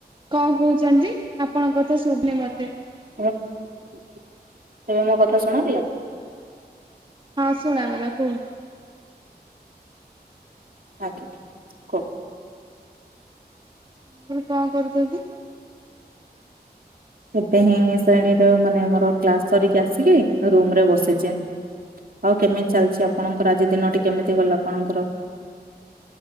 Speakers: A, on the right (about 30°); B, on the right (about 55°).
A: କଣ କହୁଛନ୍ତି? ଆପଣଙ୍କ କଥା ଶୁଭୁନି ମତେ।
B: ନା? ଏବେ ମୋ କଥା ଶୁଣାଗଲା?
A: ହଁ ଶୁଣାଗଲା କୁହ।
B: ଆଜ୍ଞା କୁହ।
A: ମୁଁ କହିଲି କଣ କରୁଛନ୍ତି?
B: ଏବେ ହିଁ ଶ୍ରେଣୀରେ ମାନେ ମୋର କ୍ଲାସ ସରିକି ଆସିକି ରୁମରେ ବସିଛି। ଆଉ କେମିତି ଚାଲିଛି ଆପଣଙ୍କର ଆଜି ଦିନଟି କେମିତି ଗଲା ଆପଣଙ୍କର?